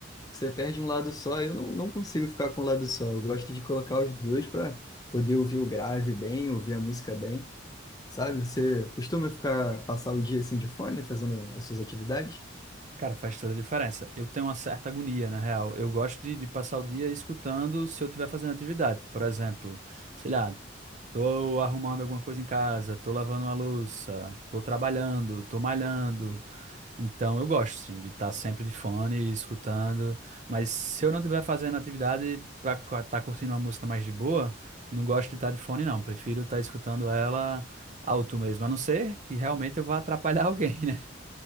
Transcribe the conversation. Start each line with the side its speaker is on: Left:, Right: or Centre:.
Left: Você perde um lado só, eu não, não consigo ficar com um lado só. Eu gosto de colocar os dois para poder ouvir o grave bem, ouvir a música bem, sabe? Você costuma ficar, passar o dia assim de fone, fazendo as suas atividades?
Right: Cara, faz toda a diferença. Eu tenho uma certa agonia, na real. Eu gosto de, de passar o dia escutando se eu estiver fazendo atividade. Por exemplo, sei lá, tô arrumando alguma coisa em casa, tô lavando uma louça, tô trabalhando, tô malhando. Então eu gosto, assim, de estar sempre de fone, escutando. Mas se eu não estiver fazendo atividade para estar curtindo uma música mais de boa, não gosto de estar de fone, não. Prefiro estar escutando ela alto mesmo, a não ser que realmente eu vá atrapalhar <laughs> alguém, né?